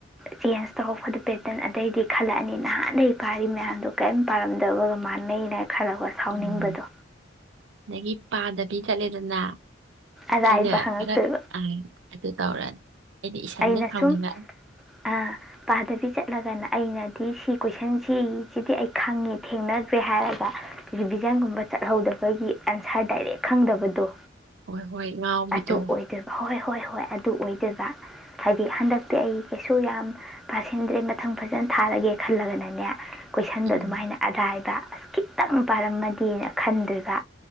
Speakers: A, in the centre; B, on the right (about 70°).
A: ꯆꯦꯟꯖ ꯇꯧꯔꯛꯄꯗ ꯄꯦꯇꯔꯟ ꯑꯇꯩꯗꯤ ꯈꯜꯂꯛꯑꯅꯤ ꯅꯍꯥꯟ ꯂꯩ ꯏꯄꯥꯔꯤ ꯃꯌꯥꯝꯗꯣ ꯀꯔꯤꯝ ꯄꯥꯔꯝꯗꯕꯒ ꯃꯥꯟꯅꯩꯅ ꯈꯜꯔꯒ ꯁꯥꯎꯅꯤꯡꯕꯗꯣ
B: ꯎꯝ ꯑꯗꯒꯤ ꯄꯥꯗꯕꯤ ꯆꯠꯂꯦꯗꯅ
A: ꯑꯔꯥꯏꯕ
B: ꯑꯩꯅ
A: ꯍꯪꯉꯛꯇꯣꯏꯕ
B: ꯐꯔꯛ ꯑꯗꯨ ꯇꯧꯔꯅꯤ ꯑꯩꯗꯤ ꯏꯁꯟꯗ
A: ꯑꯩꯅ
B: ꯁꯥꯎꯅꯤꯡꯉꯛꯑꯅꯤ
A: ꯁꯨꯝ ꯑ ꯄꯥꯗꯕꯤ ꯆꯠꯂꯒꯅ ꯑꯩꯅ ꯑ ꯁꯤ ꯀꯣꯏꯁꯟꯁꯤꯁꯤꯗꯤ ꯑꯩ ꯈꯪꯉꯦ ꯊꯦꯡꯅꯗ꯭ꯔꯦ ꯍꯥꯏꯔꯒ ꯔꯤꯚꯤꯖꯟꯒꯨꯝꯕ ꯆꯠꯍꯧꯗꯕꯒꯤ ꯑꯟꯁꯥꯔ ꯗꯥꯏꯔꯦꯛ ꯈꯪꯗꯕꯗꯣ
B: ꯍꯣꯏ ꯍꯣꯏ ꯉꯥꯎꯕꯤꯗꯣ
A: ꯑꯗꯨ ꯑꯣꯏꯗꯣꯏꯕ ꯍꯣꯏ ꯍꯣꯏ ꯍꯣꯏ ꯑꯗꯨ ꯑꯗꯨ ꯑꯣꯏꯗꯕ ꯍꯥꯏꯗꯤ ꯍꯟꯗꯛꯇꯤ ꯑꯩ ꯀꯩꯁꯨ ꯌꯥꯝ ꯄꯥꯁꯤꯟꯗ꯭ꯔꯦ ꯃꯊꯪ ꯐꯖꯅ ꯊꯥꯔꯒꯦ ꯈꯜꯂꯒꯅꯅꯦ ꯀꯣꯏꯁꯟꯗꯣ
B: ꯎꯝ
A: ꯑꯗꯨꯃꯥꯏꯅ ꯑꯔꯥꯏꯕ ꯑꯁ ꯈꯤꯇꯪ ꯄꯥꯔꯝꯃꯗꯤꯦꯅ ꯈꯟꯗꯣꯏꯕ